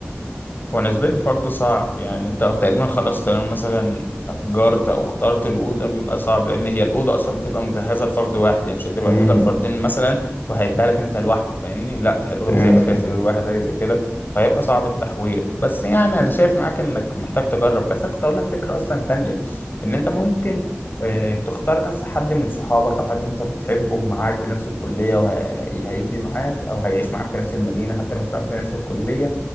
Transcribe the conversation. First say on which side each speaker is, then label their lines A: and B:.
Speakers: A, on the left (about 50°); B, on the left (about 65°).
A: هو بالنسبة لي الحوار ده صعب يعني انت تقريبا خلاص تمام مثلا أجرت أو اخترت الأوضة بيبقى صعب لأن هي الأوضة أصلا بتبقى مجهزة لفرد واحد يعني مش هتبقى
B: امم
A: الأوضة لفردين مثلا وهيديها لك أنت لوحدك فاهمني لا هي الأوضة
B: فهمت
A: مثلا هيبقى
B: فهمت
A: فيها سرير واحد حاجة زي كده فهيبقى صعب التحويل بس يعني أنا شايف معاك إنك محتاج تجرب بس أنا كنت أقول لك فكرة أصلا تانية إن أنت ممكن آه، تختار بس حد من صحابك او حد انت بتحبه معاك في نفس الكليه وهيجي معاك او هيعيش معاك في نفس المدينه حتى لو مش معاك في نفس الكليه